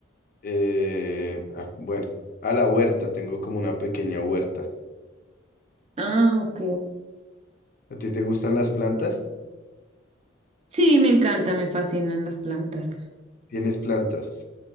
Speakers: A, on the left (about 45°); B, on the right (about 30°).
A: Eh, ah, bueno, a la huerta, tengo como una pequeña huerta.
B: Ah, ok.
A: ¿A ti te gustan las plantas?
B: Sí, me encanta, me fascinan las plantas.
A: ¿Tienes plantas?